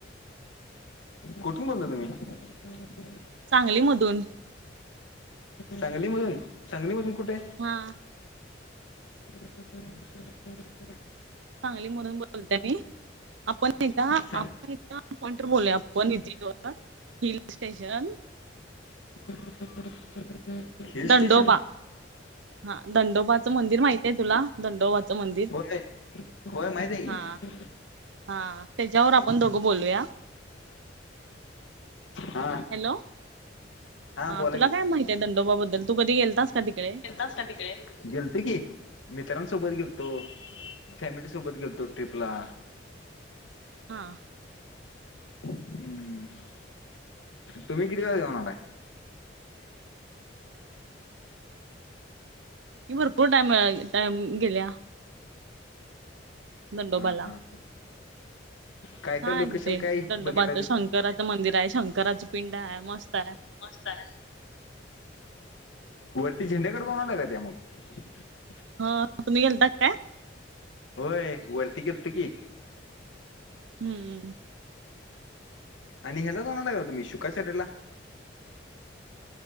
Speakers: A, on the left; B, on the right.
A: कुठून बोलता तुम्ही?
B: सांगली मधून
A: सांगलीमधून सांगलीमधून कुठे?
B: हा.
A: <inaudible>
B: सांगली मधून बोलते मी आपण नाही का
A: सांग
B: आपण का आपण तर बोललाया आपण <unintelligible> हिल्स स्टेशन
A: <inaudible>
B: दंडोबा
A: स्टेशन
B: हा दंडोबाचं मंदिर माहित आहे तुला दंडोबाचं मंदिर
A: होय होय माहित आहे
B: हा
A: की
B: हा त्याच्यावर आपण दोघं बोलूया.
A: हा.
B: हॅलो हा
A: बोला
B: तुला
A: की
B: काय माहीत आहे दंडोबाबद्दल तू कधी गेलतास का तिकडे?
A: तास काय तिकडे गेलतो की मित्रांसोबत गेलतो, फॅमिली सोबत गेलतो ट्रिपला
B: हा.
A: हम्म तुम्ही किती वाजेऊवणारता
B: की भरपूर टाइम टाइम गेल्या. नडोबला.
A: हा हा काय
B: हा
A: काय लोकेशन
B: तिथे
A: काय
B: दंडोबाच
A: बघितला तिथं
B: शंकराचं मंदिर आहे शंकराची पिंड आहे मस्त आहे.
A: बर वरती झेंड्याकडे दोनला काात्या मग-
B: हो तुम्ही गेलताात काय
A: होय वरती केलत की
B: हम्मम.
A: आणि ह्यालाचोणाला ग तुम्ही शुकाचर्ला.